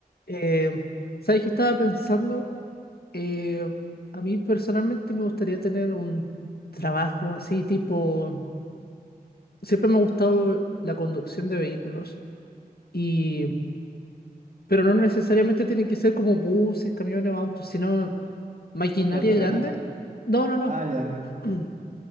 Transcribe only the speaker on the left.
Eh, ¿sabes qué estaba pensando? Eh, a mí personalmente me gustaría tener un trabajo así tipo... Siempre me ha gustado la conducción de vehículos, y... pero no necesariamente tienen que ser como buses, camiones o autos, sino maquinaria
grande. No, no, no.
<clears throat>